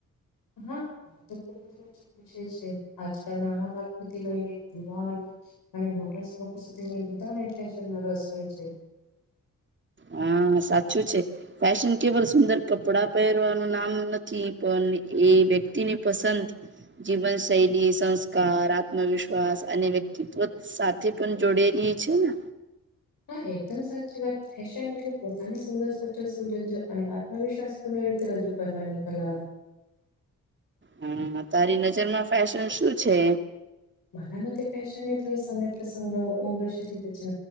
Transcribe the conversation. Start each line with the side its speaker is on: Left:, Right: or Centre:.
Left: હા આ તો ખુબ જ રોચક વિષય છે આજકાલ નાના બાળકોથી લઈને યુવાન અને મોટા સુબકો સુધી બધા રસ હોય છે.
Right: હા સાચું છે. ફેશન કેવલ સુંદર કપડા પહેરવાનું નામ નથી પણ એ વ્યક્તિની પસંદ જીવન શૈલી સંસ કાર આત્મવિશ્વાસ અને વ્યક્તિત્વ સાથે પણ જોડેલી છે ને
Left: હા એકદમ સાચી વાત ફેશન એટલે પોતાની સુંદર સ્વચ્છ સજ્જ અને આત્મવિશ્વાસ પૂર્ણ રીતે રજૂ કરવાની કલા
Right: હા તારી નજરમાં ફેશન શું છે?
Left: મારા માટે ફેેશન એટલે સમે એટલે સગ્રહ ઓમર શરીર છે